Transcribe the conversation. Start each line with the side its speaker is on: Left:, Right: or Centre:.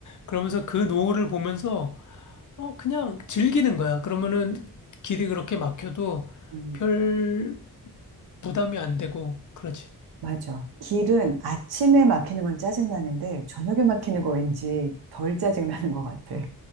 Left: 그러면서 그 노을을 보면서 어, 그냥 즐기는 거야. 그러면은 길이 그렇게 막혀도
Right: 음,
Left: 별 부담이 안 되고, 그렇지.
Right: 맞아. 길은 아침에 막히는 건 짜증나는데, 저녁에 막히는 거 왠지 덜 짜증나는 것 같아.